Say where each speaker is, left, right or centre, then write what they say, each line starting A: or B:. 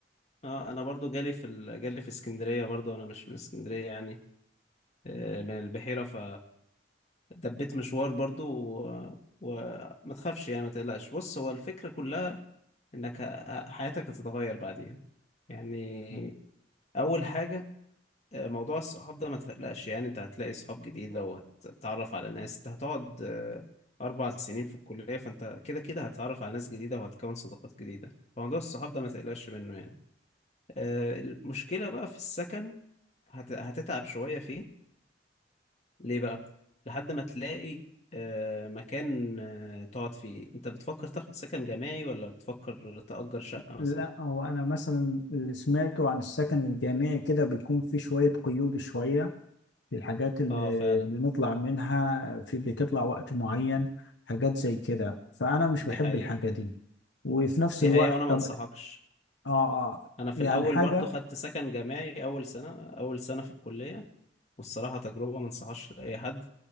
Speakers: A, on the left; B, on the left.
A: اه انا برضو جالي في ال... جالي في اسكندريه برضو انا مش من اسكندريه يعني آه، من البحيره ف دبيت مشوار برضو و... وما تخافش يعني ما تقلقش بص هو الفكرة كلها انك ه- حياتك هتتغير بعديها يعني
B: مم.
A: اول حاجة آه، موضوع الصحاب ده ما تقلقش يعني انت هتلاقي صحاب جديدة وهتتعرف على ناس انت هتقعد آه، اربع سنين في الكلية فانت كده كده هتتعرف على ناس جديدة وهتكون صداقات جديدة فموضوع الصحاب ده ما تقلقش منه يعني آه، المشكلة بقى في السكن هت... هتتعب شوية فيه ليه بقى لحد ما تلاقي آه، مكان آه، تقعد فيه انت بتفكر تاخد سكن جماعي ولا بتفكر تأجر شقة مثلا
B: لا هو انا مثلا اللي سمعته عن السكن الجامعي كده بيكون في شوية قيود شوية في الحاجات اللي,
A: اه فعلا
B: اللي نطلع منها في بتطلع وقت معين حاجات زي كده فانا مش
A: دي
B: بحب
A: حقيقة
B: الحاجة دي وفي نفس
A: دي
B: الوقت
A: حقيقة وانا ما
B: طب
A: انصحكش
B: اه اه
A: انا في
B: يعني
A: الاول
B: حاجة
A: برضو خدت سكن جماعي اول سنة اول سنة في الكلية والصراحة تجربة ما انصحهاش لاي حد